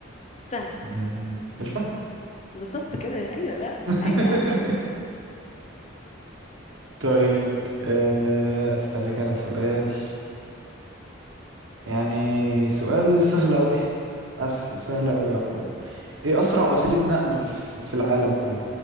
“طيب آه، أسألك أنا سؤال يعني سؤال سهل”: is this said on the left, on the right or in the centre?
Right